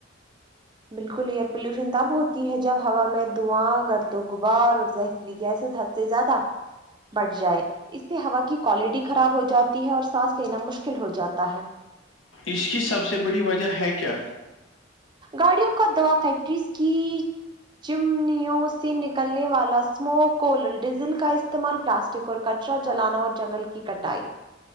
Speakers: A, on the right (about 25°); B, on the left (about 80°).
A: بالکل یہ پلیوشن تب ہوتی ہے جب ہوا میں دعاں گرد و غبار اور زہریلی گیس سے زیادہ بٹھ جائے اس سے ہوا کی کوالٹی خراب ہو جاتی ہے اور سانس لینا مشکل ہو جاتا ہے
B: اس کی سب سے بڑی وجہ ہے کیا
A: گاڑیوں کا دوا فیکٹریز کی چمنیوں سے نکلنے والا سموکول ڈیزل کا استعمال پلاسٹ اور کچرا جلانا اور جنگل کی کٹائی